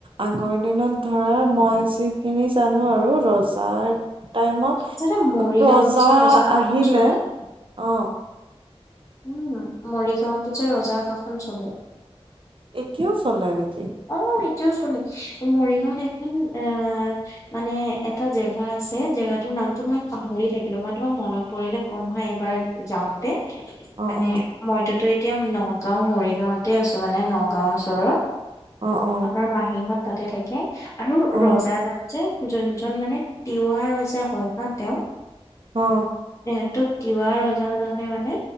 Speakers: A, on the right; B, on the left.
A: আগৰ দিনত। ধৰা মই যিখিনি জানো আৰু ৰজাৰ টাইমত
B: যেনে মৰিগাঁৱতো
A: প্ৰজা
B: যে ৰজাৰ শাসন
A: আহিলে
B: চলে
A: অ।
B: উম মৰিগাঁৱতো যে ৰজা শাসন চলে।
A: কিয় চলে এনেকে।
B: অ এতিয়াও চল মৰিগাঁওত এখন অ মানে, এটা জেগা আছে জেগাটোৰ নামটো মই পাহৰি থাকিলো মই তোমাক মনত পৰিলে কম হা এইবাৰ যাওঁতে।
A: অ
B: মানে
A: অ
B: মই তোতো। এতিয়া নগাঁও মৰিগাঁওতে আছো মানে নগাঁওৰ ওচৰৰত।
A: অ অ
B: আমাৰ মাহীহঁত তাতে থাকে। আৰু
A: অ
B: ৰজা জান যে। যোনজন মানে তিৱা ৰজা হয় হা তেওঁ।
A: অ
B: এটোত তিৱা ৰজাজনে মানে